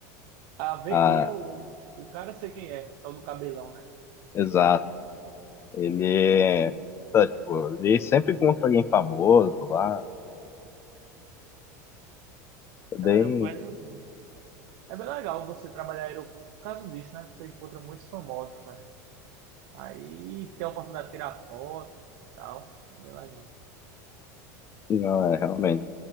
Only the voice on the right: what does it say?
Ah, vê
quem é o, o cara, sei quem é. É O tal do cabelão, né?
Caramba, mas é bom. É bem legal você trabalhar em aeroporto por causa disso, né? Você encontra muitos famosos, cara. Aí tem a oportunidade de tirar foto e tal. É bem legal.